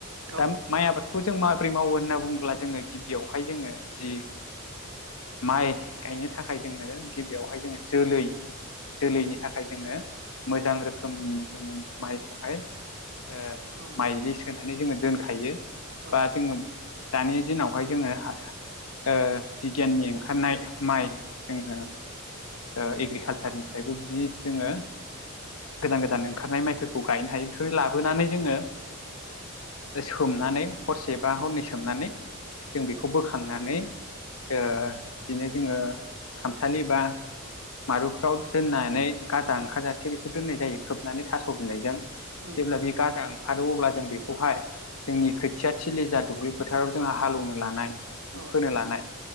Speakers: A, on the right; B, on the left.
A: औ
B: दा माइ आबादखौ जों माबोरै मावो होनना बुंङोब्ला जोंङो गिबियावहाय जोंङो जि माइ गायनो थाखाय जोंङो गिबियावहाय जोंङो जोलै जोलैनि थाखाय जोंङो मोजां रोखोमनि जोङो माइखौहाय ओ
A: औ
B: माइलि सोनानै जोङो दोनखायो।
A: औ
B: बा जोङो दानि दिनावहाय जोङो <inaudible> ओ बिगियाननि ओंखारनाय माइ जोङो ओ एग्रिखालसारनिफ्रायबो बिदि जोङो गोदान गोदान ओंखारनाय माइफोरखौ गायनो हायो बेफोरनि लाबोनानै जोङो ओ सोमनानै हरसे बा हरनै
A: औ
B: सोमनानै जों बेखौ खौ बोखांनानै ओ दिनो जोङो खामसालि बा मारुफोराव दोननानै गाजा ओंखारजासे बेखौ दोननाय जायो खोबनानै थास' बिलाइजों।
A: नंगौ
B: जेब्ला बे गाजा ओंख खारो अब्ला जों बेखौहाय जोंनि खोथिया थिलि जा दुब्लि फोथाराव जोंहा हालेवनो लानाय
A: औ
B: फोनो लानाय